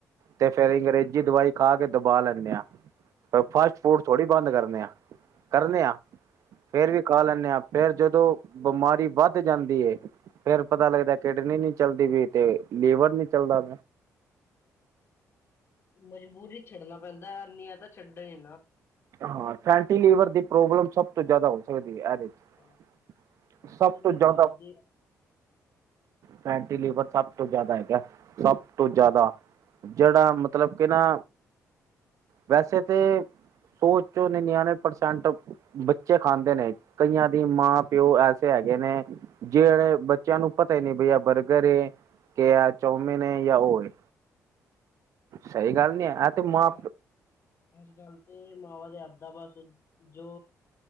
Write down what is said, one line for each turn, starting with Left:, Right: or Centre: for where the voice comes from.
Right: ਤੇ ਫਿਰ ਅੰਗਰੇਜ਼ੀ ਦਵਾਈ ਖਾ ਕੇ ਦਬਾ ਲੈਂਣੇ ਆ ਫਸਟ ਫੂਡ ਥੋੜੀ ਬੰਦ ਕਰਨੇ ਆ -ਕਰਨੇ ਆ ਫਿਰ ਵੀ ਖਾ ਲੈਣੇ ਆ ਫਿਰ ਜਦੋਂ ਬਿਮਾਰੀ ਵੱਧ ਜਾਂਦੀ ਏ। ਫਿਰ ਪਤਾ ਲੱਗਦਾ ਕਿਡਨੀ ਨਹੀਂ ਚੱਲਦੀ ਵੀ ਤੇ ਲੇਬਰ ਨਹੀਂ ਚੱਲਦਾ
Left: ਮਜਬੂਰੀ ਚੜਨਾ ਪੈਂਦਾ ਅਰਨੀਆਂ ਤਾਂ ਛੱਡਣਾ ਹੀ
Right: ਹਾਂ ਫੈਂਟੀ ਲੀਵਰ ਦੀ ਪ੍ਰੋਬਲਮ ਸਭ ਤੋਂ ਜਿਆਦਾ ਸਕ
Left: ਹਾਂ,
Right: <inaudible>
Left: ਇਸ
Right: ਸਭ
Left: ਵਧੀਆ
Right: ਤੋਂ ਜਿਆਦਾ
Left: ਘਰ ਦੀ
Right: ਫੈਟੀ ਲੀਵਰ ਸਭ ਤੋਂ ਜਿਆਦਾ ਹੈਗਾ ਸਭ ਤੋਂ ਜਿਆਦਾ ਜਿਹੜਾ ਮਤਲਬ ਕਿ ਨਾ ਵੈਸੇ ਤੇ ਸੋਚੋ ਨਿਆਣੇ ਪਰਸੈਂਟ ਬੱਚੇ ਖਾਂਦੇ ਨੇ ਕਈਆਂ ਦੀ ਮਾਂ ਪਿਓ ਐਸੇ ਜਿਹੜੇ ਬੱਚਿਆਂ ਨੂੰ ਪਤਾ ਹੀ ਨਹੀਂ ਬਈ ਬਰਗਰ ਏ। ਕਿ ਇਹ ਚੋਮਿਨ ਏ ਜਾ ਉਹ ਏ। ਸਹੀ ਗੱਲ ਨੀ ਇਹ ਤੇ
Left: ਅੱਜ
Right: ਮਾਂ
Left: ਕੱਲ -ਅੱਜ ਕੱਲ ਤੇ ਨਾਲ ਜਾਂਦਾ ਬਸ ਜੋ